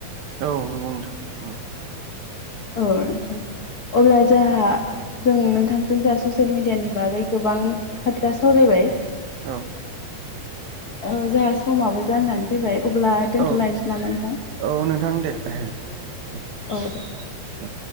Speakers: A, on the right (about 75°); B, on the left (about 80°).
A: औ नंगौ नोंथां ओम।
B: औ नोंथां अब्ला जाहा। जों नोंथांजों जा ससियेल मिडियानि बागै गोबां खोथा सावरायबाय।
A: औ।
B: ओ जोंहा समाबो जानानै फैबाय अब्ला दोनथ'लायनोसै
A: औ
B: नामा नोंथां?
A: औ नोंथां दे। दे
B: औ दे।
A: दे